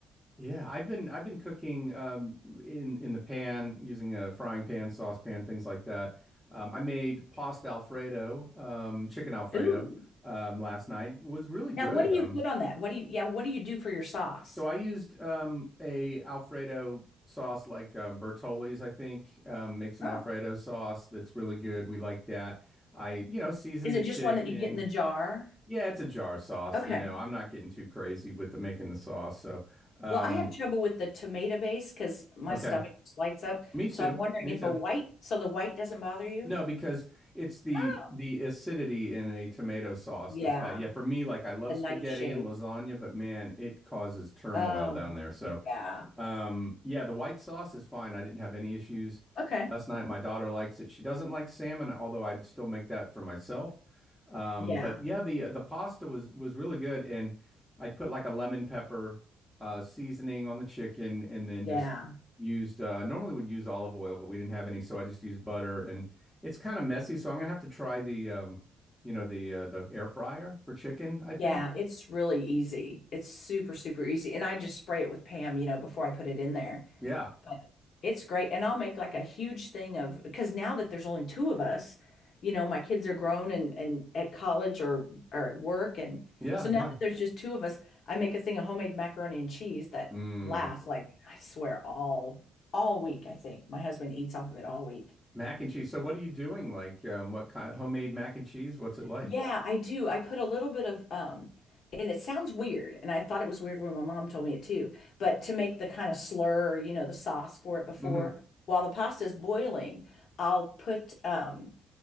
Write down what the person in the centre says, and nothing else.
yeah, I've been I've been cooking um in in the pan using a frying pan, saucepan, things like that. Um, I made pasta Alfredo, um, chicken Alfredo,
um, last night. It was really good.
Um,
So I used um, a Alfredo sauce like um, Bertolli's, I think, um, makes an
Alfredo sauce that's really good. We like that. I, you know, season
the
chicken.
Yeah, it's a jar sauce.
You know, I'm not getting too crazy with the making the sauce. So, um,
okay,
me
too,
me
too.
No, because it's the
the acidity in a tomato sauce
that's bad. Yeah, for me, like I love
spaghetti and lasagna, but man, it causes turmoil
down there. So.
Um, yeah, the white sauce is fine. I didn't have any issues
last night. My daughter likes it. She doesn't like salmon, although I'd still make that for myself. Um,
but yeah, the the pasta was was really good, and I'd put like a lemon pepper uh, seasoning on the chicken, and then
just used uh, normally would use olive oil, but we didn't have any, so I just used butter. And it's kind of messy, so I'm gonna have to try the um, you know, the uh, the air fryer for chicken, I think.
Yeah,
yeah,
yeah.
Mm.
Mac and cheese. So what are you doing? Like, um, what kind of homemade mac and cheese? What's it like?
hmm